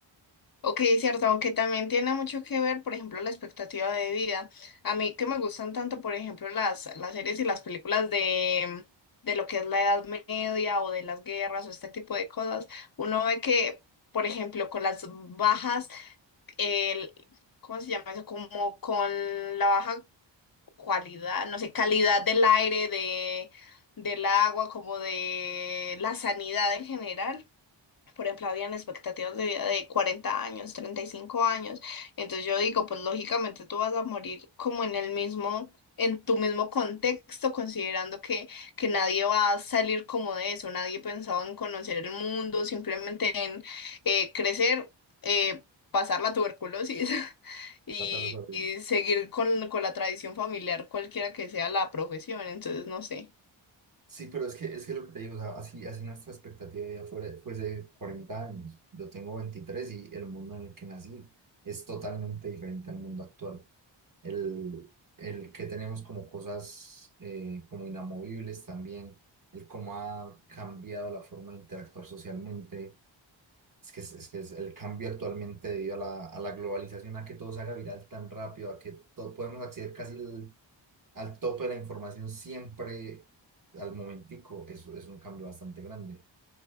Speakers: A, on the left; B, on the right.
A: ok, cierto, aunque también tiene mucho que ver, por ejemplo, la expectativa de vida. A mí que me gustan tanto, por ejemplo, las, las series y las películas de, de lo que es la Edad Media o de las guerras o este tipo de cosas, uno ve que, por ejemplo, con las bajas, el, ¿cómo se llama eso? Como con la baja cualidad, no sé, calidad del aire, de, del agua, como de la sanidad en general por ejemplo, habían expectativas de vida de 40 años, 35 años. Entonces yo digo, pues lógicamente tú vas a morir como en el mismo, en tu mismo contexto, considerando que, que nadie va a salir como de eso, nadie pensaba en conocer el mundo, simplemente en eh, crecer, eh, pasar la tuberculosis <laughs> y,
B: Tratar de sobrevivir.
A: y seguir con, con la tradición familiar, cualquiera que sea la profesión. Entonces, no sé.
B: Sí, pero es que, es que lo que te digo, o sea, así, así nuestra expectativa de vida fuera, fuese de 40 años. Yo tengo 23 y el mundo en el que nací es totalmente diferente al mundo actual. El, el que tenemos como cosas eh, como inamovibles también, el cómo ha cambiado la forma de interactuar socialmente. Es que es, es que es el cambio actualmente debido a la, a la globalización, a que todo se haga viral tan rápido, a que todo, podemos acceder casi al tope de la información siempre al momentico, eso es un cambio bastante grande.